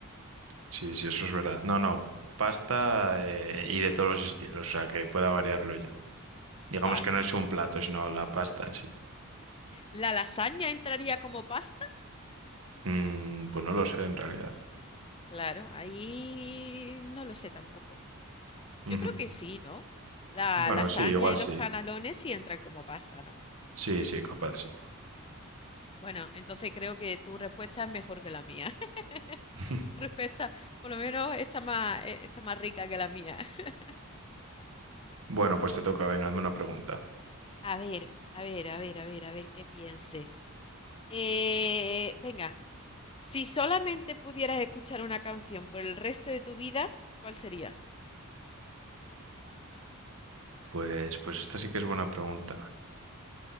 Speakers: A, on the right; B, on the left.
A: Sí, sí, eso es verdad. No, no, pasta eh, y de todos los estilos, o sea, que pueda variarlo yo. Digamos
B: Vale.
A: que no es un plato, sino la pasta en sí.
B: ¿La lasaña entraría como pasta?
A: Mm, pues no lo sé en realidad.
B: Claro, ahí no lo sé tampoco.
A: Ujú.
B: Yo creo que sí, ¿no? La
A: Bueno,
B: lasaña
A: sí, igual
B: y los
A: sí.
B: canelones sí entran como pasta, ¿no?
A: Sí, sí, capaz, sí.
B: Bueno, entonces creo que tu respuesta es mejor que la mía. <laughs>
A: <laughs>
B: Tu Respuesta, por lo menos está más, eh, está más rica que la mía. <laughs>
A: Bueno, pues te toca, venga, hazme una pregunta.
B: A ver, a ver, a ver, a ver, a ver qué piense. Eh, venga, si solamente pudieras escuchar una canción por el resto de tu vida, ¿cuál sería?
A: Pues, pues esta sí que es buena pregunta.